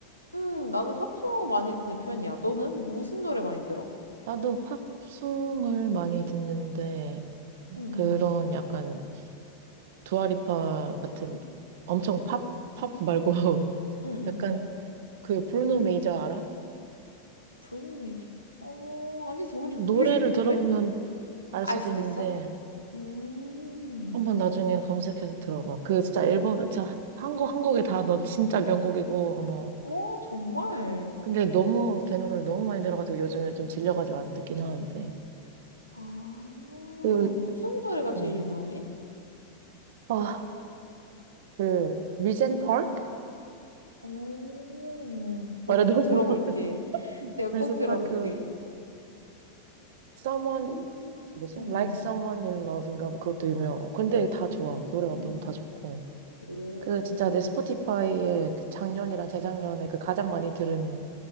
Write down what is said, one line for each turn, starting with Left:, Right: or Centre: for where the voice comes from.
Left: 음, 나는 팝송 많이 듣는 편이야. 너는 무슨 노래 많이 들어?
Right: 나도 팝송을 많이 듣는데,
Left: 응, 응,
Right: 그런 약간 두아리파 같은 엄청 팝, 팝 말고, <laughs>
Left: 응, 응,
Right: 약간
Left: 응.
Right: 그 브루노 메이저 알아?
Left: 브로우메이션? 어, 아니, 누군지 모르겠는데?
Right: 노래를 들어보면 알
Left: 알
Right: 수도
Left: 수도
Right: 있는데,
Left: 있어? 음,
Right: 한번 나중에 검색해서 들어봐. 그 진짜 앨범, 자, 한 곡 한 곡이 다 너 진짜 명곡이고, 어머.
Left: 어, 정말.
Right: 근데 너무 걔 노래를 너무 많이 들어가지고 요즘에 좀 질려가지고 안 듣긴 하는데.
Left: 아,
Right: 그,
Left: 무슨 노래가
Right: 어,
Left: 제일 유명해?
Right: 아, 그, 리젠 파크?
Left: 오,
Right: 말해도
Left: 나꼭 들어볼게.
Right: <laughs>
Left: 내가 꼭
Right: 리젠
Left: 들어볼게.
Right: 파크 someone
Left: 음,
Right: 뭐지?
Left: 음,
Right: Like Someone in Love인가 뭐 그것도 유명. 근데 다
Left: 음,
Right: 좋아. 노래가
Left: 음.
Right: 너무 다 좋고.
Left: 오,
Right: 그 진짜 내 스포티파이에 그 작년이랑 재작년에 그 가장 많이 들은